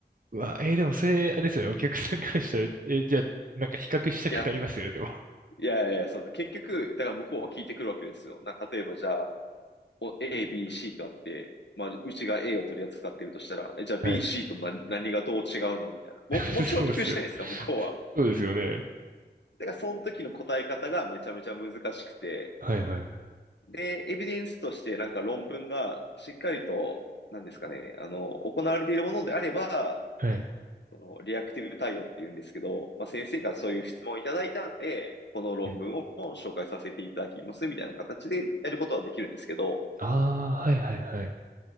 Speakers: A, on the right (about 50°); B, on the left (about 80°).
A: うわ、えーでもそれ、あれですよね、お客さんからしたら、え、じゃあ、なんか比較したくなりますよね、
B: いや、
A: でも。
B: いやいや、そう、結局、だから向こうは聞いてくるわけですよ。な、例えばじゃあ、お A、B、C とあって、まあ、うちが A を取り扱ってるとしたら、え、じゃあ
A: はい。
B: B、C と何、何がどう違うのみたいな。
A: <laughs>
B: も、もちろん聞くじゃないですか、
A: そうです。
B: 向こうは。
A: そうですよね。
B: だから、その時の答え方がめちゃめちゃ難しくて、
A: はいはい。
B: で、エビデンスとしてなんか論文がしっかりと、なんですかね、あの、行われているものであれば、
A: はい。
B: そのリアクティブ対応っていうんですけど、まあ、先生からそういう質問をいただいたんで、この論文を紹介させていただきますみたいな形でやることはできるんですけど、
A: うん。ああ、はいはいはい。